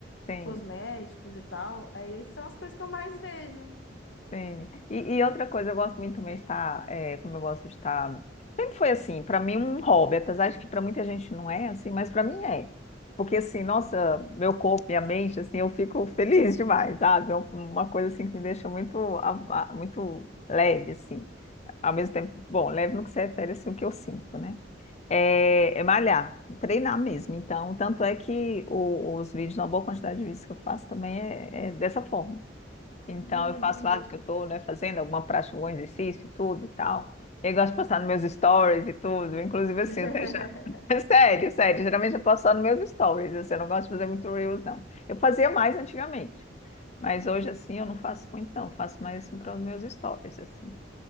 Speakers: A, on the left (about 35°); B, on the left (about 70°).
A: sim,
B: cosméticos e tal. Aí são as coisas que eu mais vejo.
A: sim. E, e outra coisa, eu gosto muito também de estar, é, como eu gosto de estar. Sempre foi assim, para mim, um hobby, apesar de que para muita gente não é assim, mas para mim é. Porque assim, nossa, meu corpo, minha mente, assim, eu fico feliz demais, sabe? É um- uma coisa assim que me deixa muito, a- a- muito leve, assim. Ao mesmo tempo, bom, leve no que se refere, assim, o que eu sinto, né? É, é malhar, treinar mesmo. Então, tanto é que o- os vídeos, uma boa quantidade de vídeos que eu faço também é, é dessa forma. Então,
B: Hum,
A: eu faço
B: entendi.
A: lá do que eu estou, né, fazendo alguma prática, algum exercício e tudo e tal. Eu gosto de postar nos meus stories e tudo. Inclusive, assim,
B: <laughs>
A: até já. <laughs> É sério, sério. Geralmente eu posto só nos meus stories. Assim, eu não gosto de fazer muito reels, não. Eu fazia mais antigamente. Mas hoje, assim, eu não faço muito, não. Eu faço mais assim, para os meus stories, assim.